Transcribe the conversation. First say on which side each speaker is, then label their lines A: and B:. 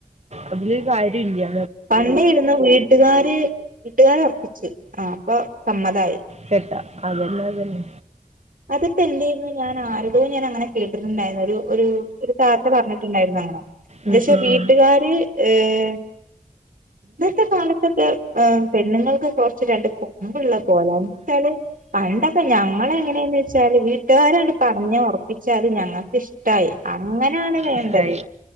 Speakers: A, on the right; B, on the right.
A: അതിലൊരു കാര്യല്ല.
B: പണ്ട ഇരുന്ന വീട്ടുകാര് വീട്ടുകാര ഉറപ്പിച്ചു ആ അപ്പൊ സമ്മതായി.
A: ചെട്ട അതുന്നെ അതന്നെ.
B: അതൊപ്പോെ എന്തയിരുന്നു ഞൻ ആര്തോ ഞാൻ അങ്ങനെ കേട്ടിട്ടുണ്ടായിരുന്നു. ഒരു ഒരു താത്ത പറഞ്ഞിട്ടുണ്ടായിരുന്നു.
A: ഉം
B: പക്ഷെ
A: ഉം
B: വീട്ടുകാര്
A: ഉം
B: ഏഹ് ഇന്നത്തെ കാലത്തൊക്കെ ഏഹ് പെണ്ണുങ്ങൾക്ക് കൊറച്ച് രണ്ട് കൊമ്പുള്ള പോലാന്ന് എന്ത ച്ചാല് പണ്ടൊക്കെ ഞങ്ങളെങ്ങെനേന്ന് വെച്ചാല് വീട്ടുകാരാണ്ട് പറഞ്ഞ് ഒറപ്പിച്ചാല് ഞങ്ങക്കിഷ് ട്ടായി അങ്ങനെയാണ് വേണ്ടത്
A: ഇഷ്ടായി